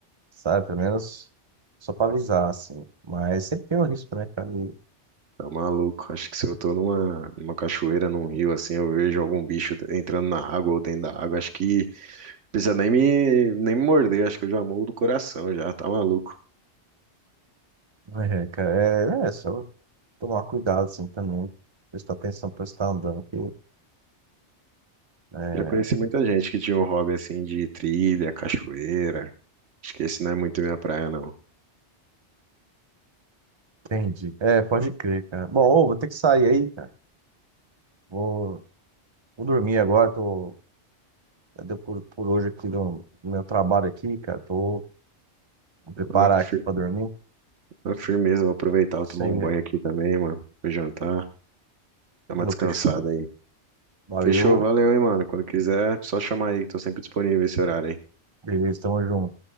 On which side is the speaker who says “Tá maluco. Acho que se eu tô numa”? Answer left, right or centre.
Right